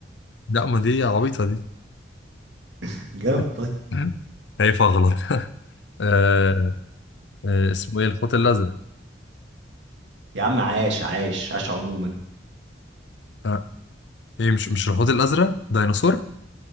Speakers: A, on the left; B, on the right.
A: لا ما دي عبيطة دي
B: <laughs> جاوب
A: <laughs>
B: طيب
A: خايف اغلط آه آه اسمه ايه الحوت الازرق
B: يا عم عاش عاش عاش عموما
A: آه ايه مش مش الحوت الازرق ديناصور